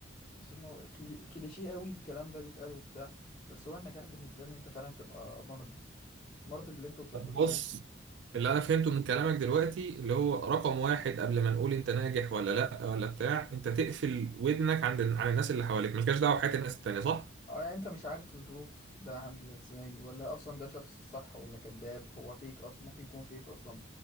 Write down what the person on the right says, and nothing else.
بص
اللي انا فهمته من كلامك دلوقتي اللي هو رقم واحد قبل ما نقول انت ناجح ولا لا ولا بتاع انت تقفل ودنك عند عن الناس اللي حواليك ملكاش دعوه بحياه الناس التانيه صح